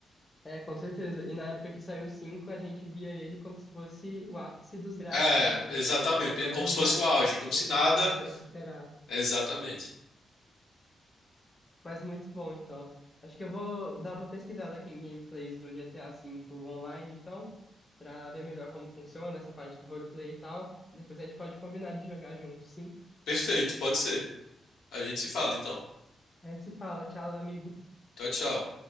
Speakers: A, on the left; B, on the left.
A: É, com certeza. E na época que saiu o 5, a gente via ele como se fosse o ápice dos gráficos,
B: É,
A: né?
B: exatamente.
A: E agora
B: Como se fosse
A: já
B: o auge, como
A: mostraram
B: se nada.
A: que dá pra superar.
B: Exatamente.
A: Mas muito bom, então. Acho que eu vou dar uma pesquisada aqui em gameplays do GTA V online, então, pra ver melhor como funciona essa parte do roleplay e tal. Depois a gente pode combinar de jogar junto, sim.
B: Perfeito, pode ser. A gente se fala então.
A: A gente se fala. Tchau, amigo.
B: Tchau, tchau.